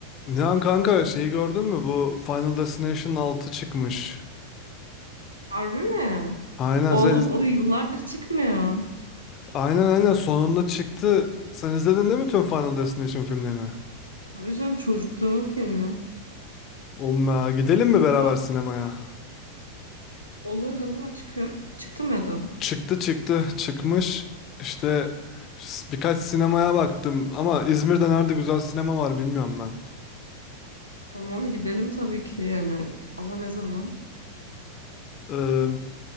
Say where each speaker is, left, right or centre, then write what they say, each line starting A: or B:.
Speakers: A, on the left; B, on the right.
A: Nihan kanka şeyi gördün mü? Bu Final Destination 6 çıkmış.
B: Harbi mi?
A: Aynen
B: Oğlum
A: sen iz-
B: o yıllardır çıkmıyor.
A: aynen aynen sonunda çıktı. Sen izledin değil mi tüm Final Destination filmlerini?
B: Tabii canım çocukluğumun filmi.
A: Umma gidelim mi beraber
B: Ha,
A: sinemaya?
B: olur ne zaman çıkıyor? Çıktı mı ya da?
A: Çıktı çıktı çıkmış. İşte s- birkaç sinemaya baktım ama İzmir'de nerede güzel sinema var bilmiyorum ben.
B: Tamam gidelim tabii ki yani. Ama ne zaman?
A: Ee,